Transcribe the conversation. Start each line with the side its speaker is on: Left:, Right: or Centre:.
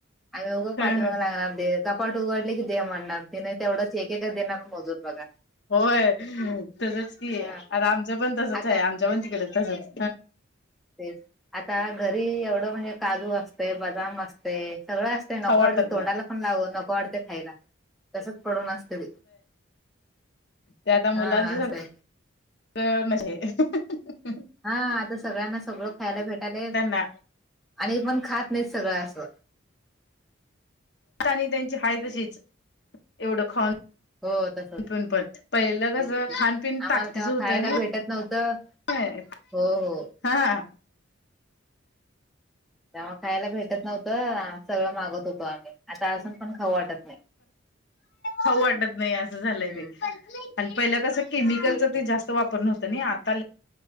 Centre: आणि होघं
Left: ह
Centre: पाठीमाग
Left: ह
Centre: लागणार दे, कपाट उघडले की दे, म्हणणार ते नाही तेवढंच एक एककाच देणार मोजून बघा.
Left: होय तसच कि,
Centre: हा
Left: अन आता आमचं पण तसच
Centre: आता
Left: आहे, आमच्या पण तिकडे तसच.
Centre: तेच आता घरी एवढं म्हणजे काजू असतंय, बदाम असत ते सगळं असते नको
Left: खाऊ वाटत
Centre: वाडते, तोंडाला
Left: नाही
Centre: पण लावू नको वाटते खायला. तसच पडून असते ते.
Left: ते आता मुलांच
Centre: हा
Left: सगळ
Centre: असंय
Left: <unintelligible> म्हणे <unintelligible>
Centre: हा आता सगळ्यांना सगळं खायला भेटायले
Left: त्यांना
Centre: आणि पण खात नाहीत सगळं असं.
Left: <unintelligible> आणि त्यांची हाय तशीच एवढं खाऊन.
Centre: हो तस,
Left: पिऊन पण पहिलं
Centre: तेच
Left: कसं
Centre: ते
Left: खानपिन
Centre: आम्हाला
Left: ताकतीच
Centre: तेव्हा
Left: होतं
Centre: खायाला भेटत नव्हतं.
Left: नाही
Centre: हो हो.
Left: हा
Centre: तेव्हा खायला भेटत नव्हतं सगळं मागत होतो आम्ही आता अजून पण खाऊ वाटत नाही
Left: होऊ वाटत नाही असं झालंय
Centre: हम्म
Left: ते आणि पहिलं कसं केमिकलच
Centre: तेच की
Left: ते जास्त वापर नव्हत आता